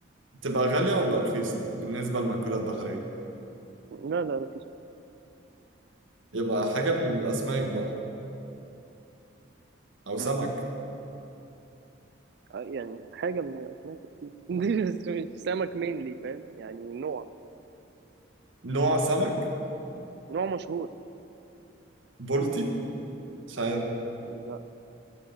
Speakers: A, on the right; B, on the right.
A: بتبقى غالية ولا رخيصة بالنسبة للمأكولات البحرية
B: لا لا رخيصة
A: يبقى حاجة من الاسماك بقى او سمك
B: م. آه، يعني حاجة من الأسماك أكيد <laughs> بس مش سمك مينلي فاهم يعني نوع
A: نوع سمك
B: نوع مشهور
A: بولتي مش عارف
B: لا